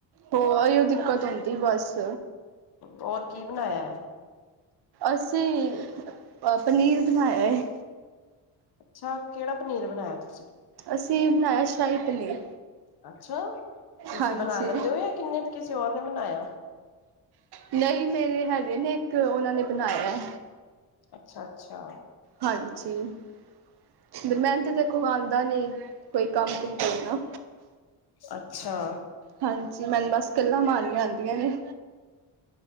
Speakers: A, on the right (about 60°); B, on the left (about 60°).
A: ਹੋ ਉਹੀਓ ਦਿੱਕਤ ਹੁੰਦੀ ਬਸ
B: ਹੋਰ ਕੀ ਬਣਾਇਆ ਹੈ
A: ਅਸੀਂ ਅ ਪਨੀਰ ਬਣਾਇਆ ਹੈ
B: ਅੱਛਾ ਕਿਹੜਾ ਪਨੀਰ ਬਣਾਇਆ ਤੁਸੀਂ
A: ਅਸੀਂ ਬਣਾਇਆ ਸ਼ਾਹੀ ਪਨੀਰ
B: ਅੱਛਾ ਤੁਸੀਂ
A: ਹਾਂਜੀ
B: ਬਣਾ ਲੈਂਦੇ ਹੋ ਜਾਂ ਕਿੰਨੇ ਕਿਸੇ ਹੋਰ ਨੇ ਬਣਾਇਆ
A: ਨਹੀਂ ਮੇਰੇ ਹੈਗੇ ਨੇ ਇੱਕ ਉਹਨਾਂ ਨੇ ਬਣਾਇਆ
B: ਅੱਛਾ-ਅੱਛਾ
A: ਹਾਂਜੀ ਮੈਂ ਤੇ ਦੇਖੋ ਆਉਦਾ ਨੀ ਕੋਈ ਕੰਮ ਕੁਮ ਕਰਨਾ
B: ਅੱਛਾ
A: ਹਾਂਜੀ ਮੈਨੂੰ ਬਸ ਗੱਲਾਂ ਮਾਰਨੀਆਂ ਆਉਂਦੀਆਂ ਨੇ